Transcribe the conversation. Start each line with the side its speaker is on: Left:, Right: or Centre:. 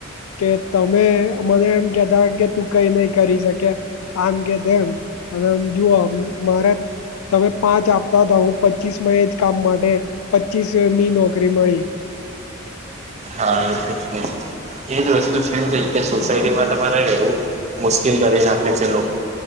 Left: કે તમે મને એમ કેતા કે તું કઈ નઈ કરી શકે આમ કે તેમમ અને જઓ મારે તમે પાંચ આપતા હતા હું પચીસ માં એ જ કામ માટે પચીસ ની નોકરી મળી
Right: હા એ જ એજ વસ્તુ છેમ કે કે સોસાયટીમાં તમારે રહેવું મુશ્કેલ કરી નાખે છે લોકો